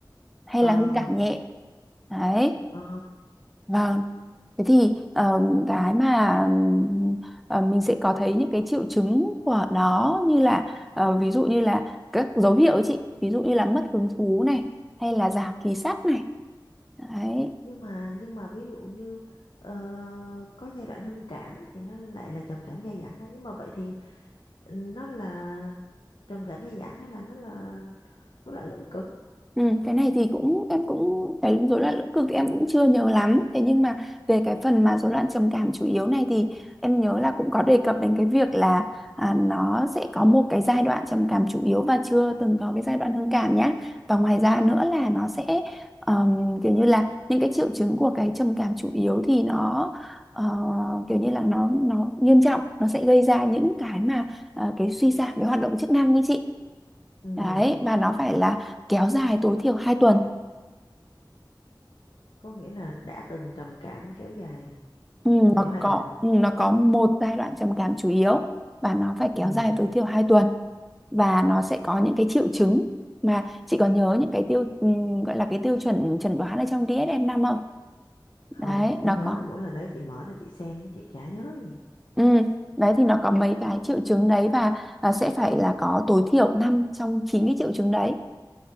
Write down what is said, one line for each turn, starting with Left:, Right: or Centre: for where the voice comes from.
Centre: hay
Left: Ờ,
Centre: là hưng cảm nhẹ. Đấy
Left: ờ.
Centre: Vâng. Thế thì ờ, cái mà ừm, ờ, mình sẽ có thấy những cái triệu chứng của nó như là ờ, ví dụ như là các dấu hiệu ấy chị, ví dụ như là mất hứng thú này hay là giảm khí sắc này. Đấy.
Left: nhưng mà nhưng mà ví dụ như ờ, có giai đoạn hưng cảm thì nó lại là trầm cảm dai dẳng á nhưng mà vậy thì nó là trầm cảm dai dẳng hay là nó là nó là lưỡng cực
Centre: Ừ, cái này thì cũng em cũng cái rối loạn lưỡng cực thì em cũng chưa nhớ lắm thế nhưng mà về cái phần mà rối loạn trầm cảm chủ yếu này thì em nhớ là cũng có đề cập đến cái việc là à, nó sẽ có một cái giai đoạn trầm cảm chủ yếu và chưa từng có cái giai đoạn hưng cảm nhá và ngoài ra nữa là nó sẽ ờm, kiểu như là những cái triệu chứng của cái trầm cảm chủ yếu thì nó ờ, kiểu như là nó nó nghiêm trọng nó sẽ gây ra những cái mà ờ, cái suy giảm cái hoạt động chức năng như chị
Left: ừ.
Centre: Đấy, và nó phải là kéo dài tối thiểu 2 tuần.
Left: có nghĩa là đã từng trầm cảm kéo dài
Centre: Ừ,
Left: tối thiểu
Centre: nó
Left: hai
Centre: có
Left: tuần
Centre: ừ, nó có một giai đoạn trầm cảm chủ yếu và nó phải
Left: ừ.
Centre: kéo dài tối thiểu 2 tuần. Và nó sẽ có những cái triệu chứng mà chị có nhớ những cái tiêu ừ, gọi là cái tiêu chuẩn chẩn đoán ở trong dsm năm không?
Left: không
Centre: Đấy,
Left: chị có
Centre: nó
Left: nhớ
Centre: có.
Left: đâu mỗi lần đấy chị mở ra chị xem chứ chị chả nhớ gì
Centre: Ừ, đấy thì nó có mấy cái triệu chứng đấy và à, sẽ phải là có tối thiểu 5 trong 9 cái triệu chứng đấy.